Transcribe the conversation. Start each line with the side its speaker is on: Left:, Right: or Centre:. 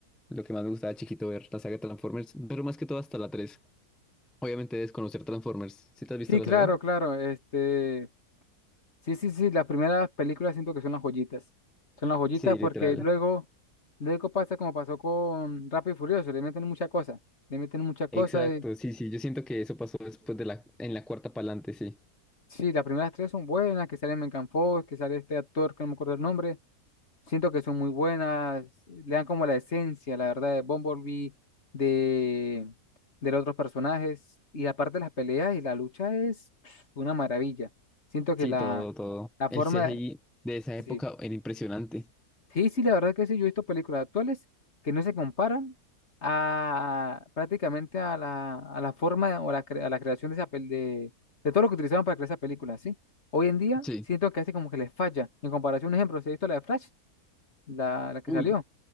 Centre: lo que más me gustaba de chiquito ver la saga de Transformers, pero más que todo hasta la tres Obviamente desconocer Transformers. ¿Sí te has visto
Left: Sí,
Centre: la
Left: claro,
Centre: saga?
Left: claro, este... Sí, sí, sí, las primeras películas siento que son las joyitas. Son las joyitas
Centre: Sí, literal.
Left: porque luego, luego pasa como pasó con Rápido y Furioso, le meten muchas cosas, le meten muchas cosas
Centre: Exacto,
Left: y
Centre: sí, sí. Yo siento que eso pasó después de la, en la cuarta pa'lante, sí.
Left: sí, las primeras tres son buenas, que sale Megan Fox, que sale este actor que no me acuerdo el nombre, siento que son muy buenas, le dan como la esencia, la verdad, de Bumblebee, de, de los otros personajes, y aparte las peleas y la lucha es pf, una maravilla. Siento que
Centre: Sí,
Left: la,
Centre: todo, todo.
Left: la
Centre: El
Left: forma,
Centre: CGI de esa época
Left: sí.
Centre: era impresionante.
Left: Sí, sí, la verdad que sí, yo he visto películas actuales que no se comparan a prácticamente a la, a la forma o la, cre- a la creación de esa pel de, de todo lo que utilizaban para crear esa película, ¿sí? Hoy en día
Centre: Sí.
Left: siento que a veces como que les falla. En comparación, un ejemplo, si he visto la de Flash, la, la que
Centre: Uy,
Left: salió,